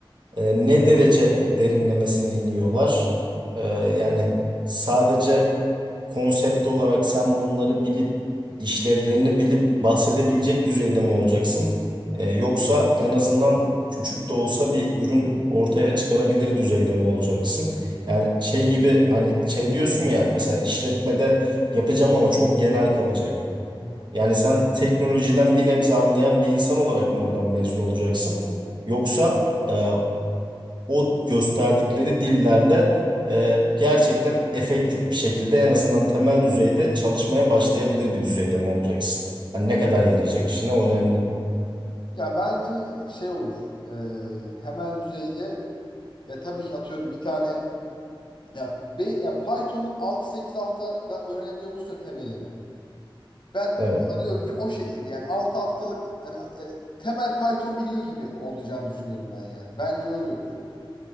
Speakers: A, on the right; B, on the left.
A: e, ne derece derinlemesine iniyorlar? E, yani sadece konsept olarak sen bunları bilip işlevlerini bilip bahsedebilecek düzeyde mi olacaksın? E, yoksa en azından küçük de olsa bir ürün ortaya çıkarabilir düzeyde mi olacaksın? Yani şey gibi hani şey diyorsun ya mesela işletmede yapacağım ama çok genel kalacak.
B: Hı hı.
A: Yani sen teknolojiden bir nebze anlayan bir insan olarak mı oradan mezun olacaksın? Yoksa e, o gösterdikleri dillerde e, gerçekten efektif bir şekilde en azından temel düzeyde çalışmaya başlayabilir bir düzeyde mi olacaksın? Hani ne kadar yarayacak işine o önemli.
B: ya bence şey olur. Ee, temel düzeyde Ya tabii ki atıyorum bir tane ya, be, ya faytonun altı sekiz haftada öğrenebiliyor musun ya temelini? Ben
A: Evet.
B: sanıyorum ki o şekilde yani 6 haftalık yani, yani temel fayton biliyor gibi olacağını düşünüyorum ben yani. Bence öyle olur.